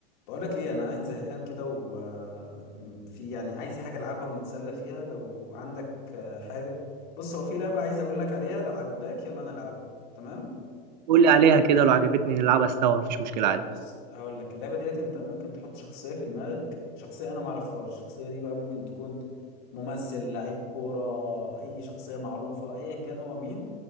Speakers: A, on the left; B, on the right.
A: بقولك ايه انا قاعد زهقان كده وفي يعني عايز حاجه العبها ونتسلى فيها لو عندك آه، حاجه بص هو في لعبه عايز اقول لك عليها لو عجباك يلا نلعبها تمام
B: قول لي عليها كده لو عجبتني نلعبها سوا مفيش مشكلة
A: طب
B: عادي
A: بص هقول لك اللعبه ديت انت ممكن تحط شخصيه في دماغك شخصيه انا ما اعرفهاش الشخصيه دي بقى ممكن تكون ممثل لعيب كوره اي شخصيه معروفه ايا كان هو مين